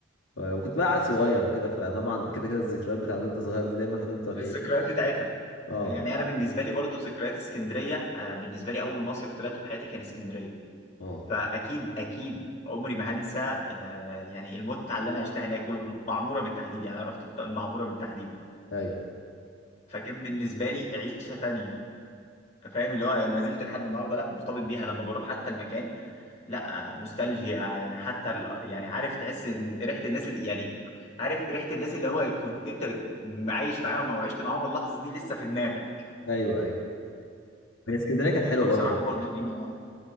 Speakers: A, on the left; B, on the left.
A: آه، وكنت بقى عيل صغير وكده فطبعا كده كده الذكريات بتاعت وانت صغير دي دايما هتفضل
B: الذكريات
A: ايه
B: بتاعتها
A: اه
B: يعني انا بالنسبه لي برضو ذكريات اسكندريه آه، بالنسبه لي اول مصيف طلعته في حياتي كان اسكندريه
A: اه
B: فاكيد اكيد عمري ما هنسى آه، يعني المتعه اللي انا عشتها هناك والمعموره بالتحديد يعني انا رحت الط- المعموره بالتحديد
A: ايوه
B: فكان بالنسبه لي عيشه تانية فاهم اللي هو ما زلت لحد النهارده لا مرتبط بيها لما بروح حتى المكان لا آه، نوستالجيا يعني حتى ال- يعني عارف تحس ان ريحه الناس اللي يعني عارف ريحه الناس اللي هو كنت انت بت- عايش معاهم او عشت معاهم اللحظه دي لسه في دماغك
A: ايوه ايوه هي اسكندريه كانت حلوه
B: فبصراحه
A: برضه
B: برضو
A: بصراحة.
B: دي